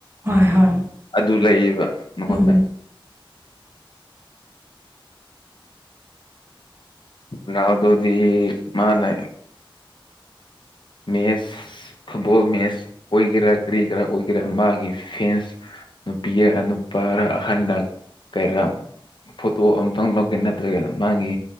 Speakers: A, on the right (about 25°); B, on the left (about 60°).
A: ꯍꯣꯏ ꯍꯣꯏ
B: ꯑꯗꯨꯂꯏꯕ ꯃꯉꯣꯟꯗ
A: ꯎꯝ
B: ꯔꯣꯅꯥꯜꯗꯣꯗꯤ ꯃꯥꯅ ꯃꯦꯁ ꯐꯨꯠꯕꯣꯜ ꯃꯦꯆ ꯑꯣꯏꯒꯦꯔꯥ ꯀꯔꯤ ꯀꯔꯥ ꯑꯣꯏꯒꯦꯔꯥ ꯃꯥꯒꯤ ꯐꯦꯟꯁ ꯅꯨꯄꯤ ꯅꯨꯄꯥꯔ ꯑꯍꯟꯗ ꯀꯔꯝ ꯐꯣꯇꯣ ꯑꯝꯇꯪ ꯂꯧꯒꯦ ꯅꯠꯇ꯭ꯔꯒꯅ ꯃꯥꯒꯤ